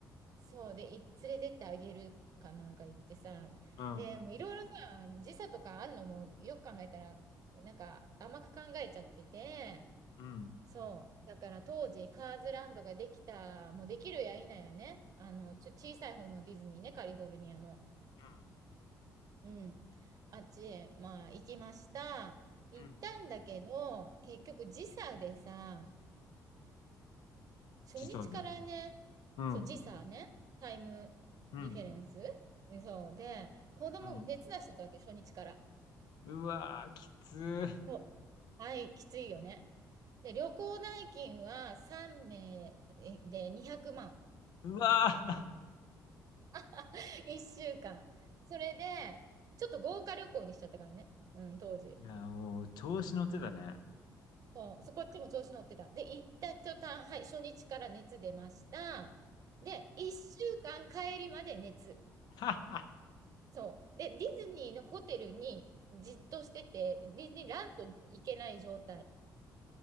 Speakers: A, on the right; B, on the left.
A: そうで、い連れてってあげるかなんか行ってさ、
B: うん。
A: で、もういろいろさ、時差とかあんのもよく考えたら、なんか甘く考えちゃってて、
B: うん。う
A: そう。だから当時、カーズランドができた、もうできるや否やね、あの、ちょ、小さい方のディズニーね、カリフォルニアの。
B: ん。
A: うん。あっちへ、まあ、行きました。行ったんだけど、
B: うん。
A: 結局時差でさ、初日からね、
B: 時差で。うん。
A: そう、時差ね、タイムディフェレンス。
B: うん。
A: そう。で、子供も熱出しちゃったわけ、
B: うん。
A: 初日から。
B: うわー、きつー。
A: そう。はい、きついよね。で、旅行代金は3名で200万。
B: うわー。
A: <laughs> 1週間。それで、ちょっと豪華旅行にしちゃったからね。うん、当時。
B: いや、もう調子乗ってたね。
A: そう、そこっちも調子乗ってた。で、行った途端、はい、初日から熱出ました。で、1週間帰りまで熱。
B: <laughs>
A: そう。で、ディズニーのホテルにじっとしてて、ディズニーランドに行けない状態。